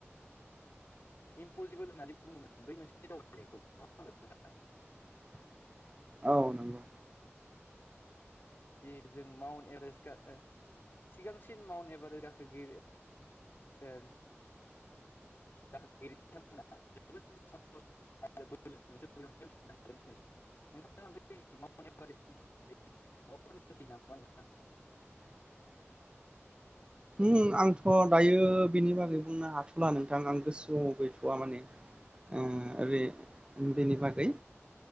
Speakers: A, on the left; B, on the right.
A: इमपसिबोल होननानै बुङोमोन बै मोनसे दावबायनायखौ नङाओमबा नोंथां?
B: <inaudible> नंगौ
A: जि जों माउन्ट एभारेस्ट गा ओ सिगांसिन माउन्ट एभारेस्ट गाखोगि <unintelligible> <unintelligible> <unintelligible>
B: <inaudible> उम आंथ' दायो बेनि बागै बुंनो हाथ'ला नोंथां आं गोसोआव गैथ'वा माने। ओ बे बेेनि बागै